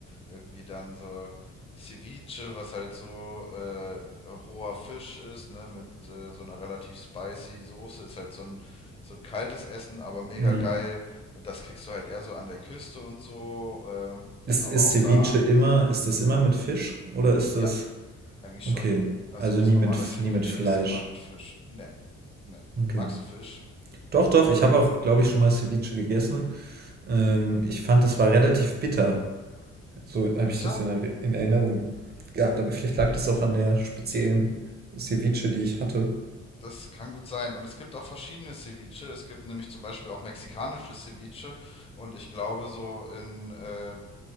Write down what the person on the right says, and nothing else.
Ja.
Ist,
ist
Ceviche
immer, ist das immer mit Fisch oder ist
das
okay?
Also
nie
mit,
nie mit Fleisch.
Okay.
Doch, doch, ich habe auch, glaube ich, schon mal Ceviche gegessen. Ähm, ich fand, es war relativ bitter. So habe
ich das in, Erinner- in Erinnerung gehabt, aber vielleicht lag das auch an der speziellen Ceviche, die ich hatte.